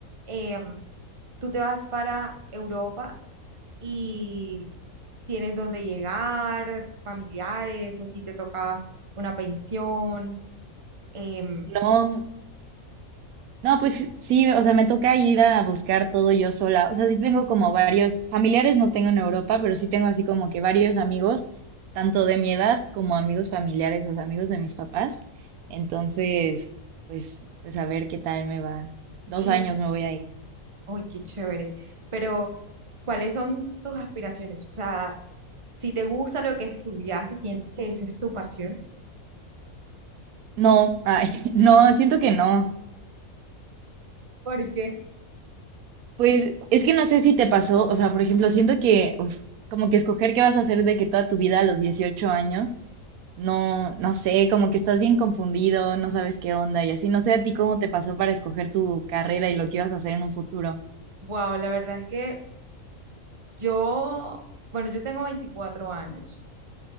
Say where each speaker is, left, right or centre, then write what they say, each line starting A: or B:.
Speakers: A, on the right; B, on the right.
A: em, tú te vas para Europa y tienes dónde llegar, familiares, o si te toca una pensión, em,
B: No, No, pues sí, o sea, me toca ir a buscar todo yo sola. O sea, sí tengo como varios, familiares no tengo en Europa, pero sí tengo así como que varios amigos, tanto de mi edad como amigos familiares, o sea, amigos de mis papás. Entonces, pues, pues a ver qué tal me va. Dos
A: y,
B: años me voy a ir.
A: uy, qué chévere. Pero, ¿cuáles son tus aspiraciones? O sea, si te gusta lo que estudiaste, sientes que esa es tu pasión,
B: No, ay, <laughs> no, siento que no.
A: porque,
B: Pues es que no sé si te pasó, o sea, por ejemplo, siento que, uf, como que escoger qué vas a hacer de que toda tu vida a los 18 años. No, no sé, como que estás bien confundido, no sabes qué onda y así. No sé a ti cómo te pasó para escoger tu carrera y lo que ibas a hacer en un futuro.
A: wow, la verdad es que Yo, bueno, yo tengo veinticuatro años